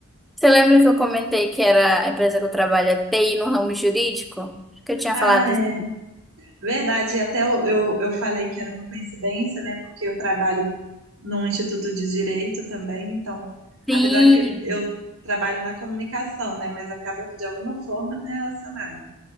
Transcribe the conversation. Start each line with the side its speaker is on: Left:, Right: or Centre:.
Centre: Você lembra que eu comentei que era a empresa que eu trabalho é TI no ramo jurídico? Que eu tinha
Right: Ah,
Centre: falado. isso.
Right: Verdade, e até eu, eu, eu falei que era uma coincidência, né? Porque eu trabalho num instituto de direito também, então,
Centre: Sim.
Right: apesar que eu trabalho na comunicação, né? Mas acaba que de alguma forma está relacionado.